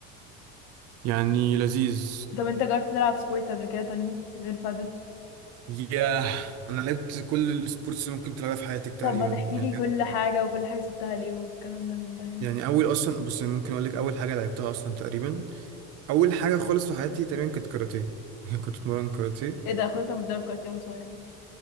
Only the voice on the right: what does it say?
يعني لذيذ
ياه انا لعبت كل السبورتس اللي ممكن تلعبها في حياتك تقريبا
يعني
لعبت
يعني اول اصلا بص أنا ممكن اقول لك اول حاجه لعبتها اصلا تقريبا اول حاجه خالص في حياتي تقريبا كانت كاراتيه <laughs> كنت اتمرن كاراتيه